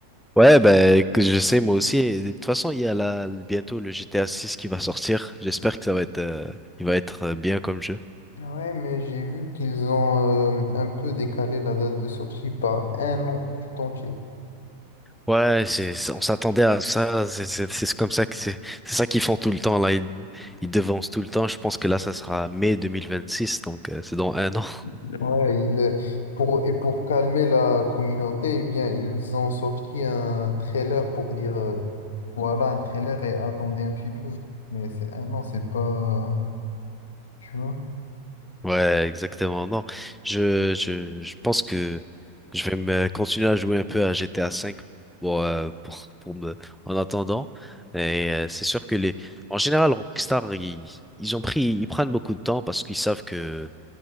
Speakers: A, in the centre; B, on the left (about 60°).
A: Ouais, ben, que je sais, moi aussi. Et de toute façon, il y a là, bientôt le GTA 6 qui va sortir. J'espère que ça va être, euh, il va être euh, bien comme jeu.
B: Ouais, mais j'ai vu qu'ils ont euh, un peu décalé la date de sortie par un an tout entier.
A: Ouais, c'est, c'est- on s'attendait à ça. C'est c'est- c'est comme ça que c'est, c'est ça qu'ils font tout le temps, là. Ils, ils devancent tout le temps. Je pense que là, ça sera mai 2026, donc, euh, c'est dans un an.
B: Ouais, ils, euh, pour, et pour calmer la communauté, eh bien, ils ont sorti un trailer pour dire euh, voilà un trailer et attendez un petit peu. Mais c'est un an, c'est pas. Tu vois?
A: Ouais, exactement. Non, je, je, je pense que je vais me continuer à jouer un peu à GTA V pour, euh, pour, pour me, en attendant. Et euh, c'est sûr que les, en général, Rockstar, ils, ils ont pris, ils prennent beaucoup de temps parce qu'ils savent que,